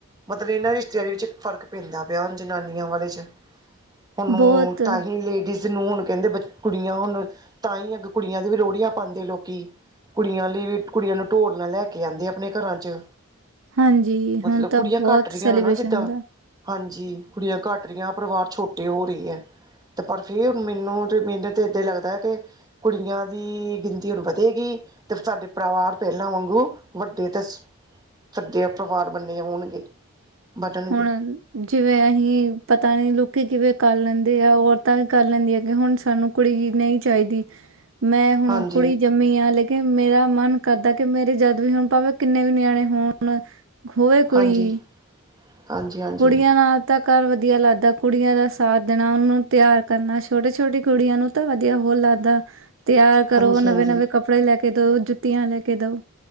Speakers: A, on the right; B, on the right.
A: ਮਤਲਬ ਇਹਨਾਂ ਰਿਸ਼ਤੇਦਾਰੀ ਵਿੱਚ ਫ਼ਰਕ ਪੈਂਦਾ ਪਿਆ, ਹੁਣ ਜਨਾਨੀਆਂ ਵਾਲੇ ਚ ਉਹਨੂੰ
B: ਬਹੁਤ
A: ਲੇਡੀਜ਼ ਨੂੰ ਹੁਣ ਕਹਿੰਦੇ, ਬਚ ਕੁੜੀਆਂ ਹੋਣ, ਤਾਂ ਹੀ ਅੱਗੇ ਕੁੜੀਆਂ ਦੀ ਵੀ ਲੋਹੜੀਆਂ ਪਾਦੇ ਲੋਕੀ। ਕੁੜੀਆਂ ਲਈ ਵੀ, ਕੁੜੀਆਂ ਨੂੰ ਢੋਲ ਨਾਲ ਲੈ ਕੇ ਆਂਦੇ ਆਪਣੇ ਘਰਾਂ 'ਚ।
B: ਹਾਂਜੀ
A: ਮਤਲਬ
B: ਹੁਣ ਤਾਂ
A: ਕੁੜੀਆਂ
B: ਬਹੁਤ
A: ਘੱਟ ਰਹੀਆਂ
B: ਸੈਲੀਬ੍ਰੇਸ਼ਨ
A: ਆ ਨਾ, ਜਿੱਦਾਂ
B: ਦਾ
A: ਹਾਂਜੀ, ਕੁੜੀਆਂ ਘੱਟ ਰਹੀਆਂ, ਪਰਿਵਾਰ ਛੋਟੇ ਹੋ ਰਹੀ ਐ, ਤੇ ਪਰ ਫੇਰ ਮੈਨੂੰ ਤੇ, ਮੈਨੂੰ ਤੇ ਏਦਾਂ ਈ ਲੱਗਦਾ ਹੈ ਕਿ ਕੁੜੀਆਂ ਦੀ ਗਿਣਤੀ ਹੁਣ ਵਧੇ ਗੀ। ਤੇ ਸਾਡੇ ਪਰਿਵਾਰ ਪਹਿਲਾਂ ਵਾਂਗੂ ਵੱਡੇ ਤੇ <unintelligible> <unintelligible> ਵਾਰ ਬੰਨੇ ਹੋਣਗੇ। ਬਣਨਗੇ
B: ਹੁਣ ਜਿਵੇਂ ਅਹੀ ਪਤਾ ਨੀ ਲੋਕੀ ਕਿਵੇਂ ਕਰ ਲੈਂਦੇ ਆ, ਔਰਤਾਂ ਵੀ ਕਰ ਲੈਂਦੀਆਂ, ਕਿ ਹੁਣ ਸਾਨੂੰ ਕੁੜੀ ਹੀ ਨਹੀਂ ਚਾਹੀਦੀ। ਮੈਂ ਹੁਣ
A: ਹਾਂਜੀ
B: ਕੁੜੀ ਜੰ ਕੁੜੀਆਂ, ਲੇਕਿਨ ਮੇਰਾ ਮਨ ਕਰਦਾ ਕਿ ਮੇਰੇ ਜਦ ਵੀ ਹੁਣ ਭਾਵੇਂ ਕਿੰਨੇ ਵੀ ਨਿਆਣੇ ਹੋਣ ਹੋਏ ਕੁੜੀ
A: ਹਾਂਜੀ
B: ਈ।
A: ਹਾਂਜੀ ਹਾਂਜੀ ਹਾਂਜੀ
B: ਕੁੜੀਆਂ ਨਾਲ ਤਾਂ ਘਰ ਵਧੀਆ ਲੱਗਦਾ, ਕੁੜੀਆਂ ਦਾ ਸਾਥ ਦੇਣਾ, ਉਹਨਾਂ ਨੂੰ ਤਿਆਰ ਕਰਨਾ, ਛੋਟੇ- ਛੋਟੀੇ ਕੁੜੀਆਂ ਨੂੰ ਤਾਂ ਵਧੀਆ ਬਹੁਤ ਲੱਗਦਾ, ਤਿਆਰ ਕਰੋ,
A: ਹਾਂਜੀ
B: ਨਵੇਂ-ਨਵੇਂ ਕੱਪੜੇ ਲੈ ਕੇ ਦਓ, ਜੁੱਤੀਆਂ ਲੈ ਕੇ ਦਓ।